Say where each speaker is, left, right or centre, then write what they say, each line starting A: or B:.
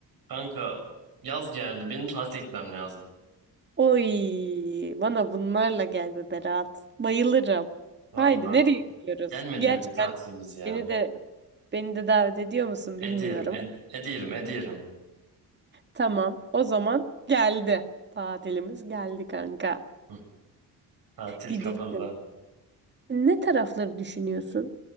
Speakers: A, on the right; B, on the right.
A: Kanka yaz geldi. Benim tatile gitmem lazım.
B: Oy, bana bunlarla gel be Berat. Bayılırım.
A: Valla.
B: Haydi nereye gidiyoruz?
A: Gelmedi
B: Gerçekten
A: mi bir tatilimiz ya?
B: beni de beni de davet ediyor musun
A: Ediyorum,
B: bilmiyorum.
A: ed ediyorum, ediyorum.
B: Tamam, o zaman geldi. Tatilimiz geldi kanka.
A: Hı, tatil
B: Gidilsin.
A: kabında.
B: Ne tarafları düşünüyorsun?